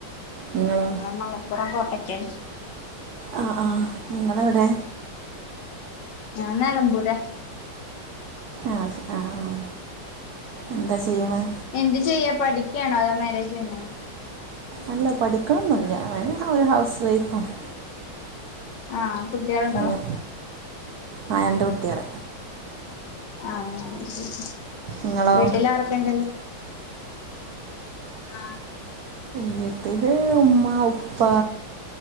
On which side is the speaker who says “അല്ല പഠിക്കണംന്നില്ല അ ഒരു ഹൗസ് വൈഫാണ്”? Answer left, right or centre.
Right